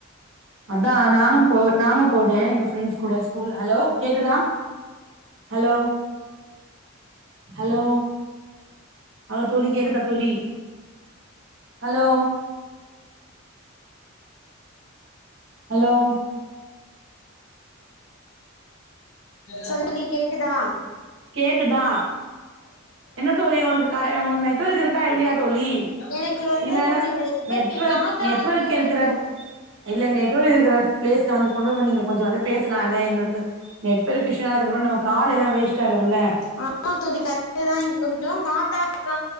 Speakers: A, on the right (about 65°); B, on the left (about 90°).
A: அதா நானு போ நானு போனேன் எங்க ஃபரண்ட்ஸ் கூட ஸ்கூல் ஹலோ கேக்குதா ஹலோ ஹலோ ஹலோ தோழி கேக்குதா தோழி ஹலோ ஹலோ
B: சொல்லுடி கேக்குதா
A: கேக்குதா என்ன தோழி உங்களுக்கு உங்களுக்கு நெட்வொர்க் இருக்கா இல்லையா தோழி
B: எனக்கு வந்து
A: இல்லன
B: கொஞ்சோ இங்க
A: நெட்வொர்க்
B: காத்தா
A: நெட்வொர்க்
B: இருக்கு தோழி
A: இருக்குற
B: இங்க
A: இல்ல நெட்வொர்க் இருக்கிற பிளேஸ்ல வந்து கொண்டு நீங்க கொஞ்சோ வந்து பேசலா லா எங்களுக்கு நெட்வொர்க் <unintelligible> நம்ம கால் எல்லாம் வேஸ்ட் ஆயிடுல்ல
B: ஆமா தோழி கரெட்டு தான் இங்க கொஞ்சோ காத்தா க்க